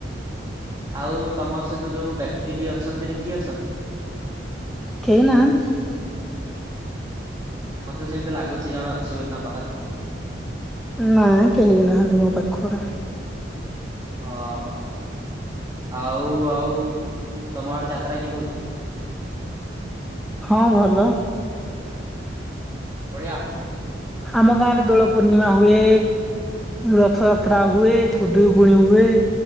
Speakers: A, on the right; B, in the centre.
A: ଆଉ ତମ ସହିତ ଯୋଉ ବ୍ୟକ୍ତିଟି ଅଛନ୍ତି ସେଠି କିଏ ଅଛନ୍ତି?
B: କେହି ନାହାନ୍ତି।
A: ମତେ ସେମିତିଆ ଲାଗୁଛି ଜଣେ ଅଛି ବୋଲି ତମ ପାଖରେ ତ।
B: ନାଁ କେହି ବି ନାହାନ୍ତି ମୋ ପାଖରେ।
A: ହଁ ଆଉ ଆଉ ତମ ଆଡେ ଯାତ୍ରା କେନ୍ତି ହଉଛି?
B: ହଁ ଭଲ।
A: ବଢିଆ।
B: ଆମ ଗାଁରେ ଦୋଳପୂର୍ଣ୍ଣିମା ହୁଏ। ରଥଯାତ୍ରା ହୁଏ ଖୁଦୂରୁକୁଣି ହୁଏ।